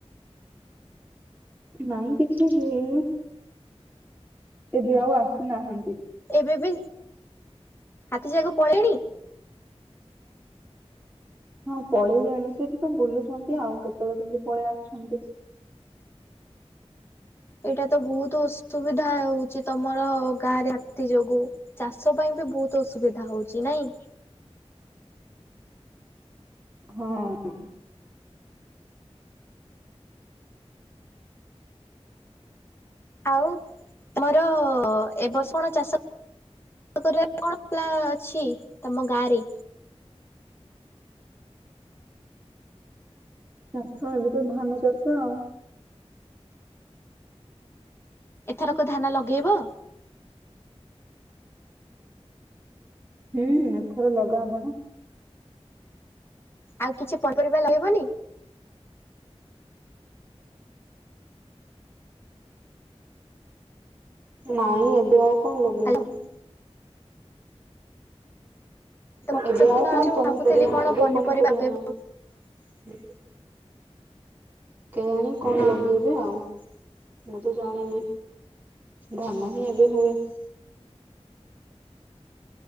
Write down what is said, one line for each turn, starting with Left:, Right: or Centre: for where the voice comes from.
Right: ନାଇଁ କିଛି ହେଇନି ଏବେ ଆଉ ଆସିନାହାନ୍ତି।
Left: ଏବେ ବି ହାତୀ ଯାକ ପଳେଇଣି।
Right: ହଁ ପଳେଇଲେଣି ସେଠି ତ ବୁଲୁଛନ୍ତି ଆଉ କେତେବେଳେ କେମିତି ପଳେଇ ଆସୁଛନ୍ତି।
Left: ଏଇଟା ତ ବହୁତ ଅସୁବିଧା ହଉଛି ତମର ଗାଁରେ ହାତୀ ଯୋଗୁ। ଚାଷ ପାଇଁ ବି ବହୁତ ଅସୁବିଧା ହଉଛି ନାଇଁ।
Right: ହଁ।
Left: ଆଉ ମୋର ଏବ ବର୍ଷ କଣ ଚାଷ କରିବା କଣ ପା ଅଛି ତମ ଗାଁ ରେ?
Right: ଚାଷ ଏବେ ତ ଧାନ ଚାଷ ଆଉ।
Left: ଏଥରକ ଧାନ ଲଗେଇବ?
Right: ହୁଁ ଥର ଲଗା ହବ ନା।
Left: ଆଉ କିଛି ପଙ୍କରିବା ରହିବନି।
Right: ନାଇଁ ଏବେ ଆଉ କଣ ଲଗେଇବି
Left: ହ୍ୟାଲୋ
Right: ଯେ
Left: ବର୍ଷା
Right: ଏବେ
Left: ଦିନ
Right: ଆଉ କଣ
Left: ଆଉଛି ମୁଁ
Right: ପନିପରିବା
Left: ଭାବୁଥିଲି
Right: ନା
Left: କଣ
Right: ଏବେ ପନିପରିବା
Left: ଲଗେଇବ
Right: ନାହିଁ। କେଜାଣି କଣ
Left: ଅଁ
Right: ଲଗେଇବେ ଆଉ ମୁଁ ତ ଜାଣିନି। ଧାନ ହିଁ ଏବେ ହୁଏ।